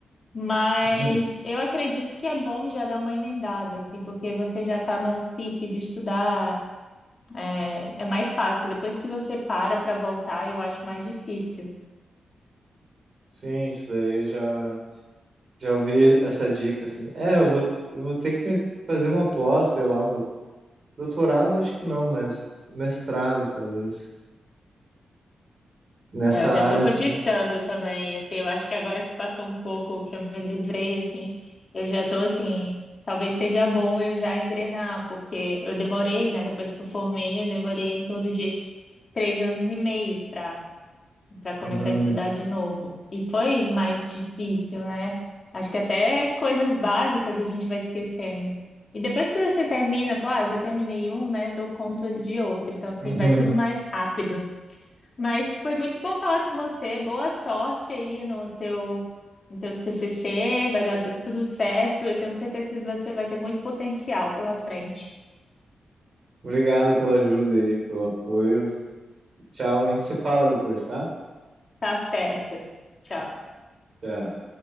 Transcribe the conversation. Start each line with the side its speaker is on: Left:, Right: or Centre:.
Left: Mas
Right: Uhum.
Left: eu acredito que é bom já dar uma emendada, assim, porque você já está no pique de estudar, é, é mais fácil. Depois que você para para voltar, eu acho mais difícil.
Right: Sim, isso daí já. Já ouvi essa dica, assim. É, eu vou, eu vou ter que me- fazer uma pós, sei lá, um do- doutorado, acho que não, mas mestrado, talvez. Nessa
Left: É, eu
Right: área,
Left: já estou cogitando
Right: assim.
Left: também, assim, eu acho que agora que passou um pouco que eu me livrei, assim, eu já estou assim, talvez seja bom eu já engrenar, porque eu demorei, né? Depois que eu formei, eu demorei em torno de três anos e meio para para começar
Right: Uhum,
Left: a estudar de novo. E foi mais difícil, né? Acho que até coisas básicas a gente vai esquecendo. E depois que você termina, fala, ah, já terminei um, né? Dou conta de outro. Então, assim,
Right: <laughs> uhum.
Left: vai tudo mais rápido. Mas foi muito bom falar com você. Boa sorte aí no teu, no teu TCC. Vai dar tu- tudo certo. Eu tenho certeza que você vai ter muito potencial pela frente.
Right: Obrigado pela ajuda aí, pelo apoio. Tchau, a gente se fala depois, tá?
Left: Tá certo. Tchau.
Right: Tchau.